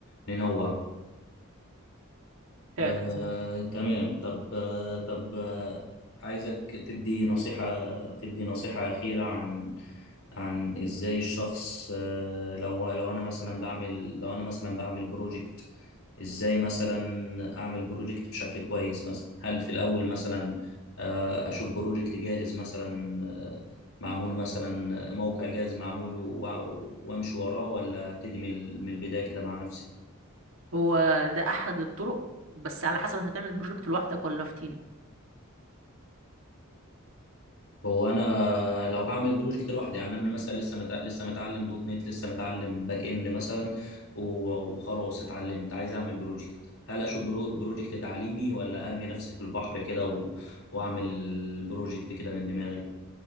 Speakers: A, on the left (about 75°); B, on the right (about 70°).
A: ننوع
B: فعلا
A: آه،
B: زي ما
A: تمام طب آه، طب آه، عايزك تدي نصيحة تدي نصيحة أخيرة عن عن إزاي الشخص آه، لو لو أنا مثلا بعمل لو أنا مثلا بعمل بروجكت إزاي مثلا أعمل بروجكت بشكل كويس مثلا هل في الأول مثلا آه، أشوف بروجكت جاهز مثلا آه، معمول مثلا موقع جاهز معمول وأع- وأمشي وراه ولا أبتدي من ال- من البداية كده مع نفسي
B: هو ده احد الطرق بس على حسب انت تعمل بروجكت لوحدك ولا في تيم
A: هو انا لو هعمل بروجكت لوحدي يعني انا مثلا لسه متع... لسه متعلم دوت نت لسه متعلم باك اند مثلا و... وخلاص اتعلمت عايز اعمل بروجكت هل اشوف برو... بروجكت تعليمي ولا ارمي نفسي في البحر كده و... واعمل بروجكت كده من دماغي